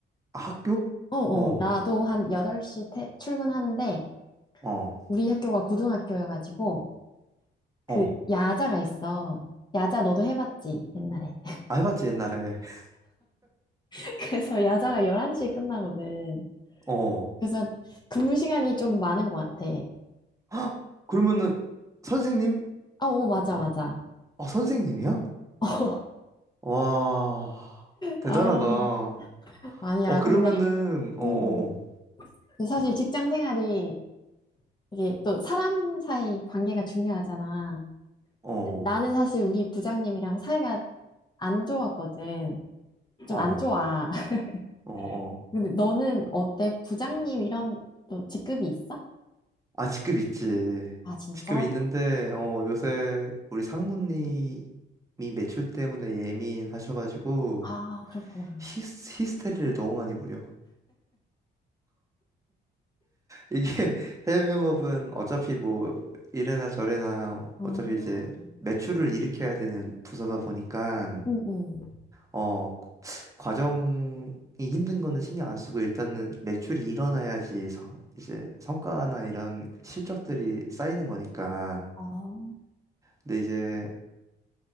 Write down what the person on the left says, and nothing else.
어, 어.
나도 한 8시 퇴- 출근하는데,
우리 학교가 고등학교여가지고, 그
야자가 있어. 야자 너도 해봤지, 옛날에.
<laughs> 그래서 야자가 11시에 끝나거든.
그래서 근무 시간이 좀 많은 것 같아.
아, 오, 맞아, 맞아.
<laughs>
아,
아니야. 근데,
음.
그 사실 직장 생활이 이게 또 사람 사이 관계가 중요하잖아.
나는 사실 우리 부장님이랑 사이가 안 좋았거든.
좀
안 좋아. <laughs>
근데 너는 어때? 부장님 이런 또 직급이 있어?
아, 진짜?
아, 그렇구나.
어,
응, 응.
아,